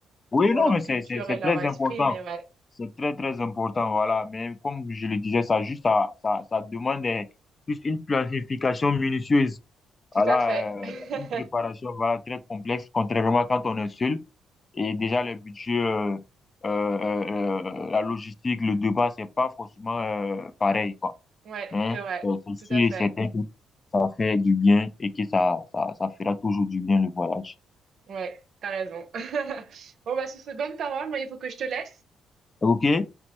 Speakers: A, on the left; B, on the right.
A: Oui,
B: pour
A: non,
B: leur
A: mais c'est,
B: culture
A: c'est, c'est
B: et leur
A: très
B: esprit,
A: important.
B: mais ouais.
A: C'est très, très important, voilà. Mais comme je le disais, ça juste, ça, ça, ça demande euh, plus une planification minutieuse.
B: Tout
A: Voilà,
B: à fait.
A: euh,
B: <laughs>
A: une préparation, voilà, très complexe, contrairement quand on est seul. Et déjà, le budget, euh, euh, euh, euh, la logistique, le débat, c'est pas forcément euh, pareil, quoi.
B: Ouais,
A: Mais
B: c'est vrai.
A: euh, c'est
B: Tout
A: sûr
B: à fait.
A: et certain que ça fait du bien et que ça, ça, ça fera toujours du bien le voyage.
B: Ouais, t'as raison. <laughs> Bon, bah, sur ces bonnes paroles, moi, il faut que je te laisse.
A: OK?